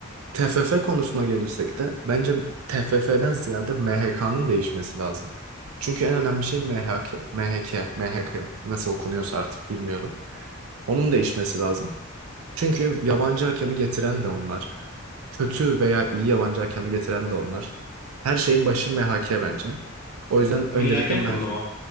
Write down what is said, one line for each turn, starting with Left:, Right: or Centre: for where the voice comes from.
Right: TFF konusuna gelirsek de bence TFF'den ziyade MHK'nın değişmesi lazım. Çünkü en önemli şey MHK, MHK, MHK nasıl okunuyorsa artık bilmiyorum. Onun değişmesi lazım. Çünkü yabancı hakemi getiren de onlar. Kötü veya iyi yabancı hakemi getiren de onlar. Her şeyin başı MHK bence. O yüzden öncelikle
Left: Milli Hakem
Right: MHK.
Left: Kurulu mu?